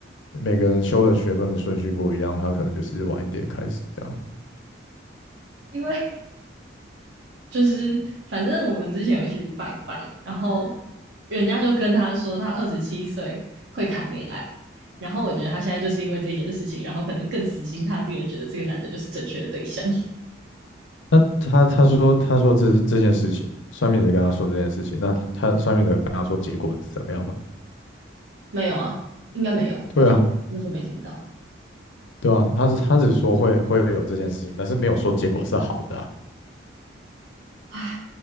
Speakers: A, on the left (about 80°); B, on the right (about 65°).
A: 每个人修的学分的顺序不一样，他可能就是晚一点开始这样。
B: 因为 <laughs> 就是反正我们之前有一起去拜拜，然后人家就跟他说他二十七岁会谈恋爱，然后我觉得他现在就是因为这件事情，然后可能更死心塌地的觉得这个男的就是正确的对象。
A: 那他他说他说这这件事情，算命的跟他说这件事情，那他算命的有跟他说结果是怎么样嘛？
B: <laughs> 没有啊，应该没有，
A: 对啊，
B: 好像那时候没听到。
A: 对啊，他是他只说会会有这件事情，但是没有说结果是好的啊。
B: 唉，